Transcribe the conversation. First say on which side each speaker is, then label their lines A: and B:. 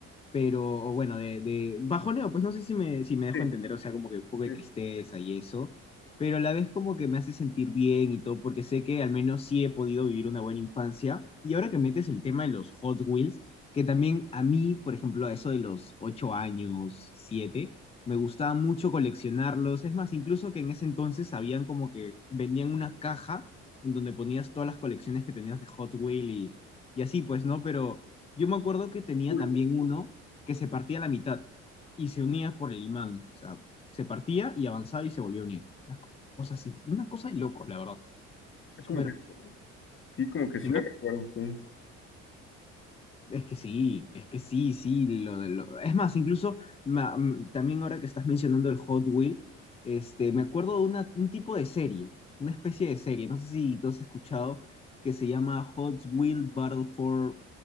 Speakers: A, on the left (about 20°); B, on the left (about 40°).
A: pero bueno, de, de bajoneo, pues no sé si me, si me dejo
B: Sí,
A: entender, o sea, como que un poco de
B: sí,
A: tristeza
B: sí,
A: y eso, pero a la vez como que me hace sentir bien y todo, porque sé que al menos sí he podido vivir una buena infancia. Y ahora que metes el tema de los Hot Wheels, que también a mí, por ejemplo, a eso de los 8 años, siete me gustaba mucho coleccionarlos. Es más, incluso que en ese entonces habían como que vendían una caja en donde ponías todas las colecciones que tenías de Hot Wheels y, y así, pues, ¿no? Pero yo me acuerdo que tenía
B: cool,
A: también
B: ¿no?
A: uno que se partía a la mitad y se unía por el imán. O sea, se partía y avanzaba y se volvió a unir. Una cosa así, una cosa de loco, la verdad.
B: Ah,
A: Súper.
B: Como que, sí, como que sí
A: Dime.
B: la recuerdo, sí.
A: Es que sí, es que sí, sí, lo, de lo... Es más, incluso ma- m- también ahora que estás mencionando el Hot Wheel, este, me acuerdo de una- un tipo de serie, una especie de serie, no sé si tú has escuchado, que se llama Hot Wheel Battle for,